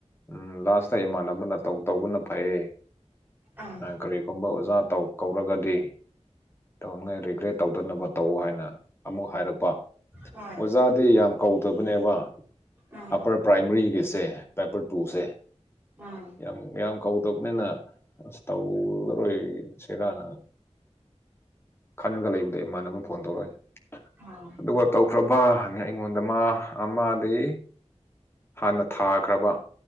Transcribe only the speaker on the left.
ꯎꯝ ꯂꯥꯁꯇ ꯏꯃꯥꯟꯅꯕꯅ ꯇꯧꯕꯅ ꯐꯩꯌꯦ
ꯀꯔꯤꯒꯨꯝꯕ ꯑꯣꯖꯥ ꯇꯧ ꯀꯧꯔꯒꯗꯤ ꯇꯧꯅꯤꯡꯉꯥꯏ ꯔꯤꯒ꯭ꯔꯦꯠ ꯇꯧꯗꯅꯕ ꯇꯧ ꯍꯥꯏꯅ ꯑꯃꯨꯛ ꯍꯥꯏꯔꯛꯄ
ꯑꯣꯖꯥꯗꯤ ꯌꯥꯝ ꯀꯧꯗꯕꯅꯦꯕ
ꯑꯞꯄꯔ ꯄ꯭ꯔꯥꯏꯃꯔꯤꯒꯤꯁꯦ ꯄꯦꯄꯔ ꯇꯨꯁꯦ
ꯌꯥꯝ ꯌꯥꯝ ꯀꯧꯗꯕꯅꯤꯅ ꯑꯁ ꯇꯧꯔꯔꯣꯏ ꯁꯦꯔꯥꯅ ꯈꯥꯟꯅꯔꯒ ꯂꯩꯕꯗꯩ ꯏꯃꯥꯟꯅꯕ ꯑꯃ ꯐꯣꯟ ꯇꯧꯔꯛꯑꯦ
ꯑꯗꯨꯒ ꯇꯧꯈ꯭ꯔꯕ ꯑꯩꯉꯣꯟꯗ ꯃꯥ ꯑꯃꯗꯤ ꯍꯥꯟꯅ ꯊꯥ ꯈ꯭ꯔꯕ